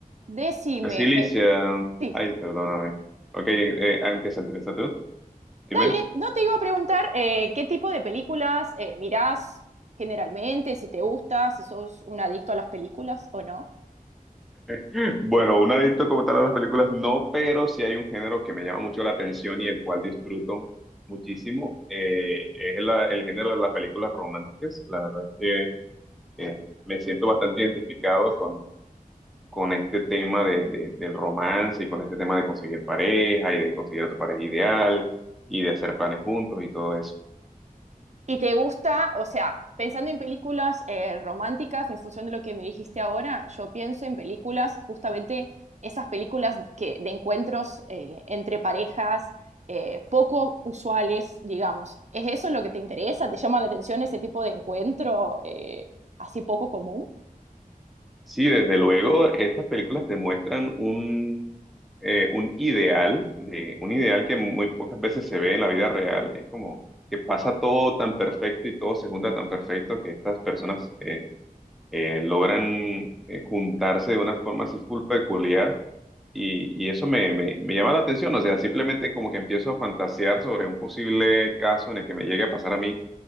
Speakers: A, on the right; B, in the centre.
A: Decime,
B: Resiliencia.
A: eh, sí,
B: Ay, perdóname. Ok, eh, eh, ah, empieza, empieza tú. Dime.
A: dale, no te iba a preguntar eh, qué tipo de películas eh, mirás generalmente, si te gusta, si sos un adicto a las películas o no.
B: <laughs> Bueno, un adicto como tal a las películas no, pero sí hay un género que me llama mucho la atención y el cual disfruto muchísimo. eh, es la- el género de las películas románticas. La verdad es que eh, me siento bastante identificado con, con este tema de, de- del romance y con este tema de conseguir pareja y de conseguir a tu pareja ideal y de hacer planes juntos y todo eso.
A: Y te gusta, o sea, pensando en películas eh, románticas, en función de lo que me dijiste ahora, yo pienso en películas, justamente esas películas que, de encuentros eh, entre parejas, eh, poco usuales, digamos. ¿Es eso lo que te interesa? ¿Te llama la atención ese tipo de encuentro eh, así poco común?
B: Sí, desde luego, estas películas te muestran un, eh, un ideal, de, un ideal que muy pocas veces se ve en la vida real. Es como que pasa todo tan perfecto y todo se junta tan perfecto que estas personas eh, eh, logran eh, juntarse de una forma así full peculiar y, y eso me, me, me llama la atención, o sea, simplemente como que empiezo a fantasear sobre un posible caso en el que me llegue a pasar a mí